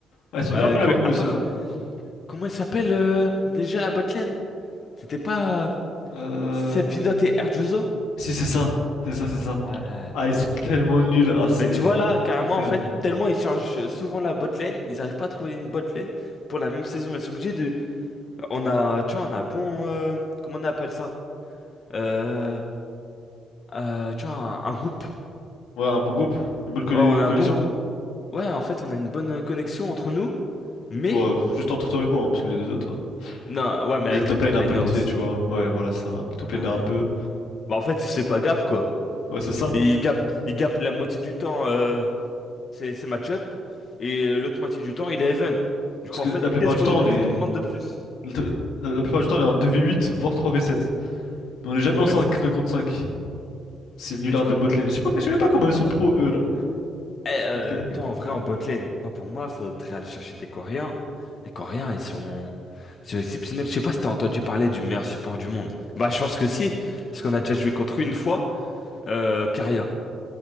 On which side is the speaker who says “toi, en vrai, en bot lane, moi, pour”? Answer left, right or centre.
Left